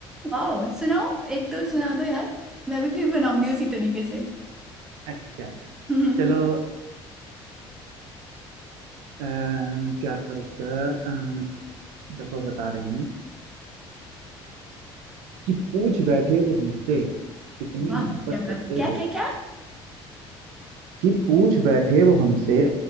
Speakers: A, in the centre; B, on the right.
A: वाओ सुनाओ एक तो सुना
B: हूँ
A: दो यार मैं भी फिर बनाऊंगी उसी तरीके से
B: अच्छा
A: <laughs>
B: चलो अ, क्या था उसका अ, देखो बता रहे हैं कि पूछ बैठे वो हमसे कितनी
A: वाह
B: मोहब्बत
A: वाह, क्या बात
B: करते
A: है क्या
B: हो
A: क्या क्या
B: कि पूछ बैठे वो हमसे